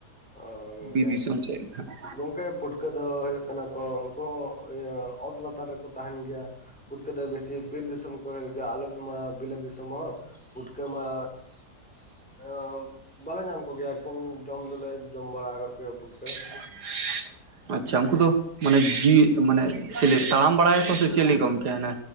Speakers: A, in the centre; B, on the right (about 80°).
A: ᱚᱸ ᱜᱚᱢᱠᱮ
B: ᱵᱤᱨ ᱫᱤᱥᱚᱢ ᱥᱮᱫ ᱜᱮ ᱦᱟᱸᱜ
A: ᱜᱚᱢᱠᱮ ᱯᱩᱴᱠᱟᱹ ᱫᱚ ᱦᱩᱭᱩᱜ ᱠᱟᱱᱟ ᱠᱚ ᱩᱝᱠᱩ ᱦᱚᱸ ᱤᱭᱟᱹ ᱚᱛ ᱞᱟᱛᱟᱨ ᱨᱮᱠᱚ ᱛᱟᱦᱮᱱ ᱜᱮᱭᱟ ᱯᱩᱴᱠᱟᱹ ᱫᱚ ᱵᱮᱥᱤ ᱵᱤᱨ ᱫᱤᱥᱚᱢ ᱠᱚ ᱦᱳᱭᱳᱜ ᱜᱮᱭᱟ ᱟᱞᱮᱫᱚ ᱢᱟ ᱵᱤᱞᱟᱹᱛ ᱫᱤᱥᱚᱢ ᱦᱚᱲ ᱯᱩᱴᱠᱟᱹ ᱢᱟ ᱮᱸ ᱵᱟᱞᱮ ᱧᱟᱢ ᱠᱚᱜᱮᱭᱟ ᱠᱤᱱ ᱡᱚᱢ ᱫᱚᱞᱮ ᱡᱚᱢ ᱵᱟᱲᱟ ᱠᱟᱜ ᱠᱚᱜᱮᱭᱟ ᱯᱩᱴᱠᱟᱹ
B: <inaudible> ᱟᱪᱪᱷᱟ ᱩᱝᱠᱩ ᱫᱚ ᱢᱟᱱᱮ ᱡᱤᱣᱤ ᱢᱟᱱᱮ ᱪᱮᱞᱮ ᱛᱟᱲᱟᱢ ᱵᱟᱲᱟᱭᱟᱠᱚ ᱥᱮ ᱪᱮᱞᱮ ᱜᱚᱢᱠᱮ ᱦᱟᱱᱟ